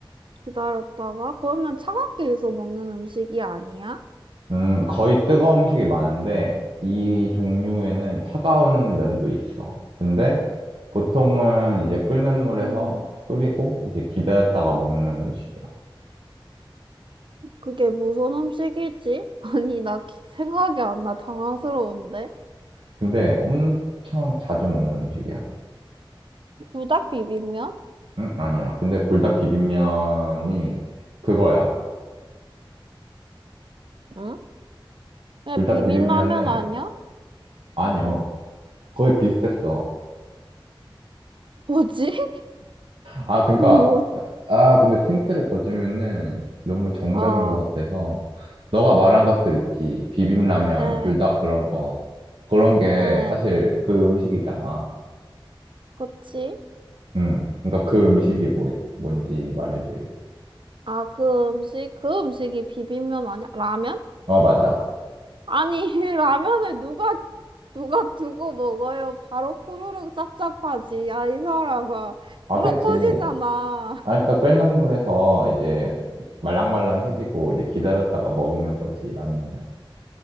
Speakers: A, on the right; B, on the right.
A: 기다렸다가, 그러면 차갑게 해서 먹는 음식이 아니야?
B: 음, 거의 뜨거운 음식이 많은데 이 종류에는 차가운 면도 있어. 근데 보통은 이제 끓는 물에서
A: 음,
B: 끓이고 이제 기다렸다가 먹는 음식이야.
A: 그게 무슨 음식이지? <laughs> 아니, 나 기- 생각이 안 나. 당황스러운데.
B: 근데 엄청 자주 먹는 음식이야.
A: 부닭 비빔면?
B: 응? 아니야. 근데 불닭 비빔면이 그거야.
A: 응? 왜
B: 불닭
A: 비빔라면
B: 비빔면을
A: 아니야?
B: 아니요. 거의 비슷했어.
A: 뭐지? <laughs>
B: 아, 그러니까
A: 뭐,
B: 아, 근데 틴트를 더 주면은 너무 정답인
A: 아,
B: 것 같아서, 너가 말한 것들 있지. 비빔라면,
A: 에,
B: 불닭 그런 거. 그런 게
A: 에,
B: 사실 그 음식이잖아.
A: 그치?
B: 응. 그러니까 그 음식이 뭐, 뭔지 말해줘야지.
A: 아, 그 음식, 그 음식이 비빔면 아니야? 라면?
B: 어, 맞아.
A: 아니, <laughs> 라면을 누가, 누가 두고 먹어요? 바로 호로록 짭짭하지. 야, 이 사람아.
B: 아,
A: 불어
B: 그치.
A: 터지잖아.
B: 아,
A: <laughs>
B: 그러니까 끓는 물에서 이제 말랑말랑해지고 이제 기다렸다가 먹는 거지, 라면을.